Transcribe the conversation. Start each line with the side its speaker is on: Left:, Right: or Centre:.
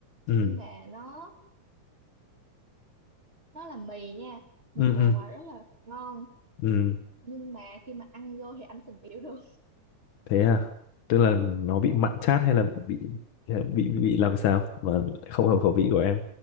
Left: ừ
Right: nhưng mà nó nó là mì nha nhìn
Left: ừ
Right: bề
Left: ừ
Right: ngoài rất là ngon
Left: ừ
Right: nhưng mà khi mà ăn vô thì anh sẽ biểu được
Left: thế à tức là nó bị mặn chát hay là bị bị bị làm sao mà lại không hợp khẩu vị của em